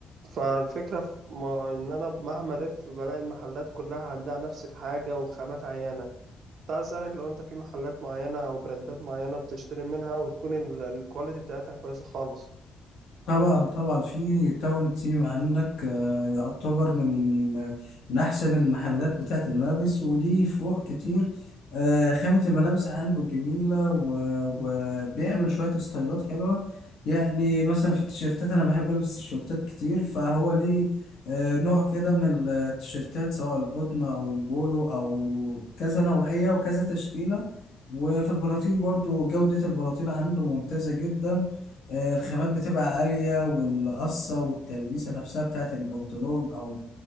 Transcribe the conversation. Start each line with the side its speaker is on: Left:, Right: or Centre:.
Right: فالفكرة في ما إن أنا مهما ألف بلاقي المحلات كلها عندها نفس الحاجة وخامات عينة كنت عايز أسألك لو أنت في محلات معينة أو براندات معينة بتشتري منها وتكون ال- الكواليتي بتاعتها كويسة خالص
Left: طبعا طبعا في تاون تيم عندك آه، يعتبر من آه، من احسن المحلات بتاعه الملابس وليه فروع كتير آه، خامة الملابس عنده جميلة و- وبيعمل شوية ستايلات حلوة يعني مثلا في التيشيرتات أنا بحب ألبس تيشيرتات كتير فهو ليه آه، نوع كده من التيشيرتات سواء القطن أو البولو أو كذا نوعية وكذا تشكيلة وفي البناطيل برضو جودة البناطيل عنده ممتازة جدا آه، الخامات بتبقى عالية والقصة والتلبيسة نفسها بتاعت البنطلون أو